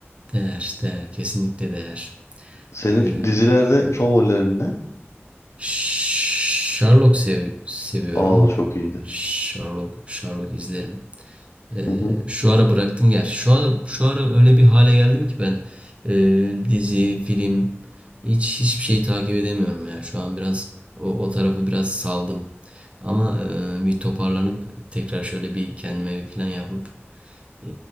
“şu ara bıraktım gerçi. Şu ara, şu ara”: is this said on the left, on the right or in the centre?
Right